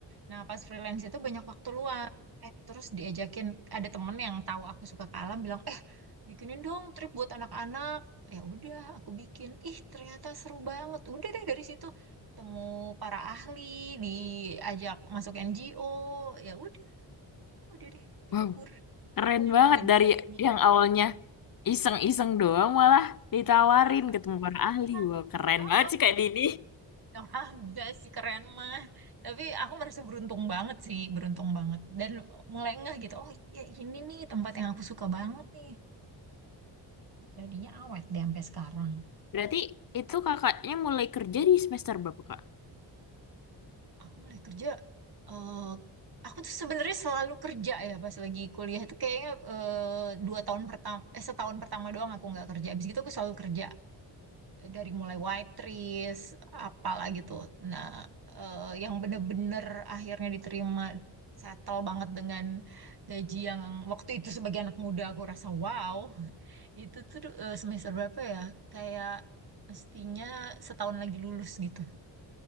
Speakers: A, on the right (about 50°); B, on the left (about 45°).
A: Nah pas freelance itu banyak waktu luang. Eh terus diajakin ada temen yang tahu aku suka ke alam bilang eh bikinin dong trip buat anak-anak. Ya udah aku bikin. Ih ternyata seru banget. Udah deh dari situ ketemu para ahli, diajak masuk NGO, ya udah udah deh kecebur
B: Wow, keren
A: dan
B: banget
A: bahagia
B: dari
A: banget
B: yang awalnya iseng-iseng doang malah ditawarin
A: Oh,
B: ketemu para ahli.
A: iya.
B: Wah, keren
A: Oh,
B: banget
A: oh.
B: sih Kak Dini.
A: Ah, enggak sih keren mah. Tapi aku merasa beruntung banget sih, beruntung banget. Dan mulai ngeh gitu, oh iya ini nih tempat yang aku suka banget nih. Jadinya awet deh sampai sekarang.
B: Berarti itu kakaknya mulai kerja di semester berapa Kak?
A: Aku mulai kerja, eh aku tuh sebenarnya selalu kerja ya pas lagi kuliah itu kayaknya eh, dua tahun pertama, eh setahun pertama doang aku nggak kerja. Abis itu aku selalu kerja. dari mulai white trees apalah gitu nah eh, yang bener-bener akhirnya diterima settle banget dengan gaji yang waktu itu sebagai anak muda aku rasa wow itu tuh eh, semester berapa ya kayak mestinya setahun lagi lulus gitu